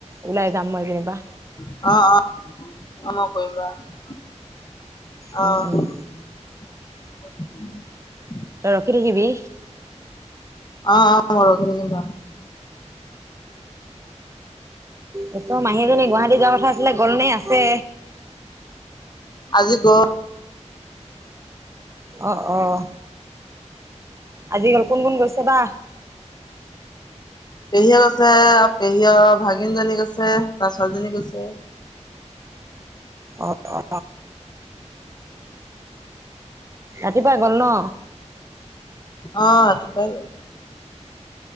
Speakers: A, on the right; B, on the left.
A: ওলাই যাম মই যেনিবা।
B: অ', অ, অ', মই কৰিম
A: উম উম
B: ৰস, অ', <unintelligible>
A: তই ৰখ থে কিিবি
B: অ অ ম ৰ কক
A: অ চ মাহী এজনী গুৱাহাটী যাব কথা আছিলে গলনে আছে
B: আজি ক
A: অঁ অঁ আজিিকাল কোন কোন গৈছে বা
B: পেহীয়ে গৈছে আৰু পেহীয়ে ভাগিন জনী গৈছে তাৰছালীজনী গৈছে
A: অ অ ৰাতিপুৱা গল ন
B: আহ পাই